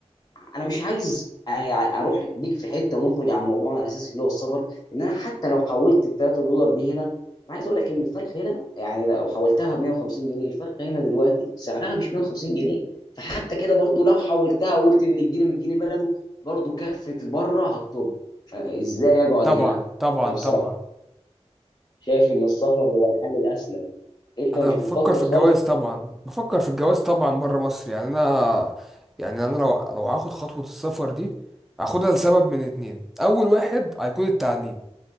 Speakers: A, on the left (about 35°); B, in the centre.
A: انا مش عايز أ- يعني اروح بيك في حته ونخرج عن موضوعنا الاساسي اللي هو السفر ان انا حتى لو حولت ال 3 دولار دي هنا انا عايز اقول لك ان الفرق هنا يعني لو حولتها ب 150 جنيه الفرق هنا دلوقتي سعرها مش 150 جنيه فحتى كده برضو لو حولتها وقلت ان الجنيه من الجنيه بلده برضو كفه بره هتطب فازاي اقعد
B: طبعا
A: هنا
B: طبعا
A: انا بصراحه
B: طبعا
A: شايف ان السفر هو الحل الاسلم انت
B: انا
A: مش
B: بفكر
A: بتفكر
B: في
A: خالص
B: الجواز طبعا بفكر في الجواز طبعا بره مصر يعني انا يعني انا لو لو هاخد خطوة السفر دي هاخدها لسبب من اتنين اول واحد هيكون التعليم